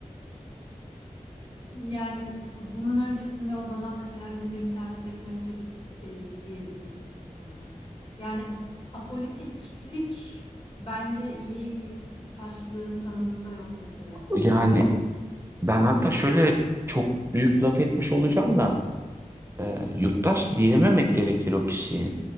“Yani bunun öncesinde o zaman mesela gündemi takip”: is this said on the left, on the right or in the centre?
Left